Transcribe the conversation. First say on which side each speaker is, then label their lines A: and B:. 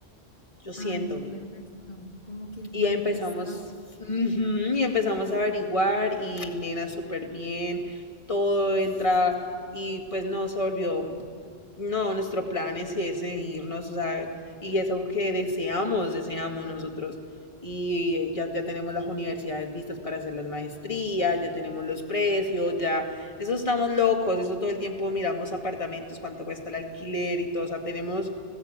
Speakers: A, on the left (about 30°); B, on the left (about 55°).
A: yo siento,
B: Ay, no, perfecto, como que
A: Y
B: manifestado.
A: empezamos, ujú, y empezamos a averiguar y nena súper bien, todo entra y pues no, se volvió, no, nuestro plan es ese, irnos, o sea, y es algo que deseamos, deseamos nosotros. Y ya, ya tenemos las universidades vistas para hacer las maestrías, ya tenemos los precios, ya, eso estamos locos, eso todo el tiempo miramos apartamentos, cuánto cuesta el alquiler y todo, o sea, tenemos